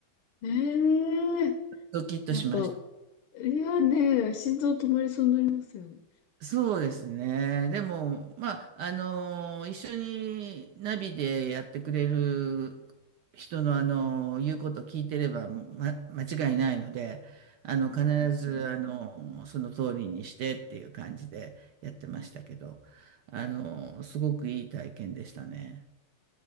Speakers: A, on the left (about 75°); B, on the right (about 75°).
A: ええ
B: ドキッとしました。
A: やっぱ、いやね、心臓止まりそうになりますよね。
B: そうですね。でも、まあ、あのー一緒にナビでやってくれる人の、あのー言うことを聞いてれば、ま、間違いないので、あの、必ず、
A: うん
B: あのーその通りにしてっていう感じでやってましたけど、あのーすごくいい体験でしたね。